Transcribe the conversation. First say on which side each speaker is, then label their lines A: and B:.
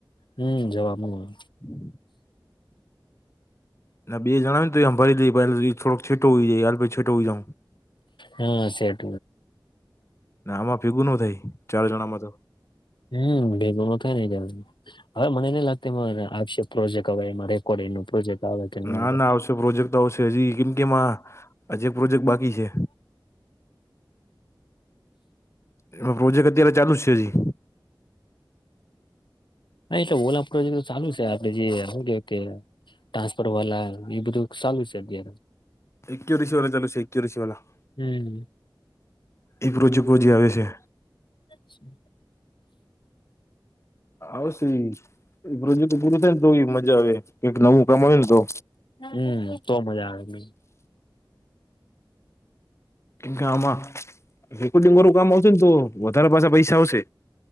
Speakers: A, on the left; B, on the left.
A: હમ જવાવામાં.
B: હમ. ના બે જણાવ હોય ને તોય અંભારી દઇએ પણ <unintelligible> છેટો હોઈય હ છેટો હોઈ જઉ.
A: હા સેટ
B: આમાં ભીગું ન થાય ચાર જણામાં તો
A: હમ ભેગોનો થાય જાય હવે મનેની લાગતિ એમાં, આપશે પ્રોજેક્ટ હવે એમાં રેકોર્ડિંગ નુ પ્રોજેક્ટ. આવે કે ન
B: ના
A: આવે
B: ના આવશે, પ્રોજેક્ટ તો આવશે હજી, કેમકે એમાં હજી એક પ્રોજેક્ટ બાક બી છે. એમાં પ્રોજેક્ટ અત્યારે ચાલુજ છે હજી?
A: ના એ તો ઓલા પ્રોજેકટ તો ચાલુ છે આપડે જે શુ કેવાય કે ટાસપર વાલા, એ બધું સાલું છે અત્યારે.
B: એક રષિ વાલા <unintelligible>
A: હમ
B: એક રોજે <unintelligible> આવે છે.
A: <inaudible>
B: આવશે ઇ, ઇ પ્રોજેક્ટ પૂરું થાય ને તો ઇ મજા આવે કઈક નવું કામ આવે ને તો.
A: હમમમ... તો મજા આવે.
B: કેમકે આમાં રેકોર્ડિંગ વારું કામ આવશે ન તો, વધારે પાછા પૈસા આવશે.